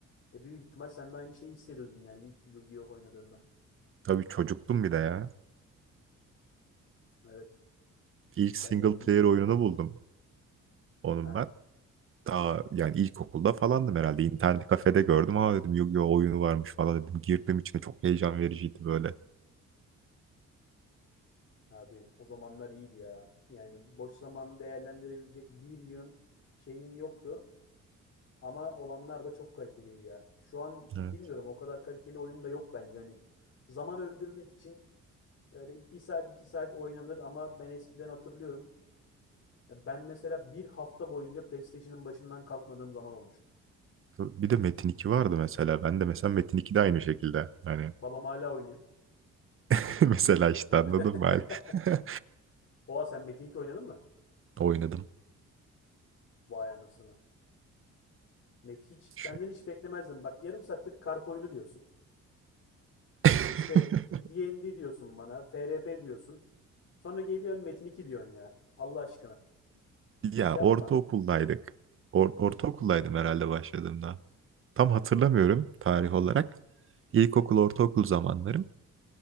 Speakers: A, on the left; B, on the right.
A: E büyük ihtimal sen de aynı şeyi hissediyordun yani ilk Yu-Gi-Oh oynadığında.
B: Tabii çocuktum bir de ya.
A: Evet.
B: İlk single
A: Ben de ilk
B: player
A: izlediğimde
B: oyununu
A: çocuktum.
B: buldum onun
A: Aha.
B: ben. Daha yani ilkokulda falandım herhalde. İnternet kafede gördüm. Aa dedim Yu-Gi-Oh oyunu varmış falan dedim. Girdim içine çok heyecan vericiydi böyle.
A: Abi o zamanlar iyiydi ya. Yani boş zamanı değerlendirebilecek bir yığın şeyin yoktu. Ama olanlar da çok kaliteliydi ya. Şu an
B: Evet.
A: bilmiyorum o kadar kaliteli oyun da yok bence hani. Zaman öldürmek için öyle bir saat iki saat oynanır ama ben eskiden hatırlıyorum. Ya Ben mesela bir hafta boyunca PlayStation'ın başından kalkmadığım zaman olmuştu.
B: Bir de Metin 2 vardı mesela. Ben de mesela Metin 2 de aynı şekilde. Hani
A: Babam hala oynuyor.
B: <laughs> mesela işte anladın
A: <laughs>
B: mı? Hani <laughs>
A: Oha sen Metin 2 oynadın mı?
B: Oynadım.
A: Vay anasını. Met hiç senden
B: Şu...
A: hiç beklemezdim. Bak yarım saattir kart oyunu diyorsun.
B: <laughs>
A: İşte D&D diyorsun bana. FRP diyorsun. Sonra geliyorsun Metin 2 diyorsun ya. Allah aşkına.
B: Ya
A: Yapma.
B: ortaokuldaydık. Or ortaokuldaydım herhalde başladığımda. Tam hatırlamıyorum tarih olarak. İlkokul, ortaokul zamanlarım.